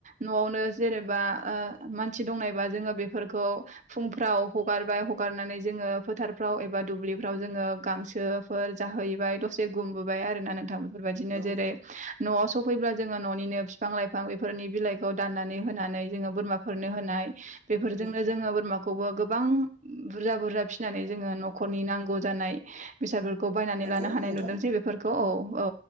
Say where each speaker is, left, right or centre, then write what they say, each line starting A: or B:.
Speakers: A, on the right; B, on the right.
A: न'आवनो जेनेबा ओ मानसि दंनायबा जोङो बेफोरखौ फुंफ्राव हगारबाय हगारनानै जोङो फोथारफ्राव एबा दुब्लिफ्राव जोङो गांसोफोर जाहैबाय दसे गुमबोबाय आरो ना नोंथांमोन बेफोरबायदिनो
B: औ नंगौ औ
A: जेरै न'आव सफैब्ला जोङो न'निनो बिफां लाइफां बेफोरनि बिलाइखौ दाननानै होनानै जोङो बोरमाफोरनो होनाय बेफोरजोंनो
B: औ
A: जोङो बोरमाखौबो गोबां बु बुरजा बुरजा फिसिनानै जोङो न'खरनि नांगौ जानाय बेसादफोरखौ बायनानै
B: नंगौ
A: लानो हानाय
B: नोंथां
A: नुदोंसे बेफोरखौ औ औ